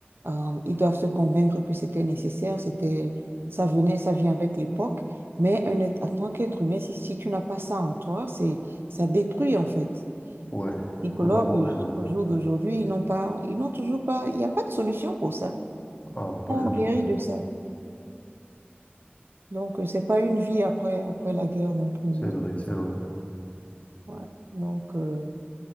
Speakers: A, on the right; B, on the left.
A: Euh, ils doivent se convaincre que c'était nécessaire, c'était, ça venait, ça vient avec l'époque. Mais un être, en tant qu'être humain, si, si tu n'as pas ça en toi, c'est, ça détruit en fait.
B: Ouais,
A: Les psychologues,
B: totalement raison.
A: jusqu'au jour d'aujourd'hui, ils n'ont pas, ils n'ont toujours pas, il n'y a pas de solution pour ça.
B: Ah, pas
A: On
B: du
A: guérit
B: tout.
A: de ça. Donc, euh, c'est pas une vie après, après la guerre non plus.
B: C'est
A: hein.
B: vrai, c'est vrai.
A: Ouais. Donc, euh,